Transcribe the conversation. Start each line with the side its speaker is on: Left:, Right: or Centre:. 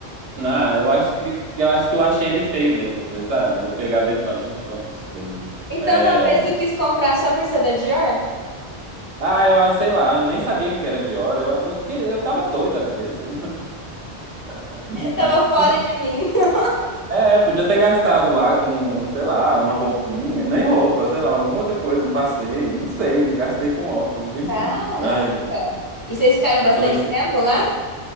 Right: Ah, eu acho que que eu acho que eu achei ele feio mesmo depois, sabe? Eu pegava ele e falava, gente, que óculos feio.
Left: Então
Right: É,
Left: talvez tu quis comprar só por ser da Dior?
Right: Ah, eu ah, sei lá, nem sabia que era Dior. Eu, eu fiquei, eu tava doido da cabeça. <laughs>
Left: Tava fora de mim. <laughs>
Right: É, podia ter gastado lá com, sei lá, uma roupinha, nem roupa, sei lá, alguma outra coisa, um passeio, não sei, gastei com óculos, enfim.
Left: Caraca!
Right: Ai, gente,
Left: E vocês ficaram bastante
Right: adolescente.
Left: tempo lá?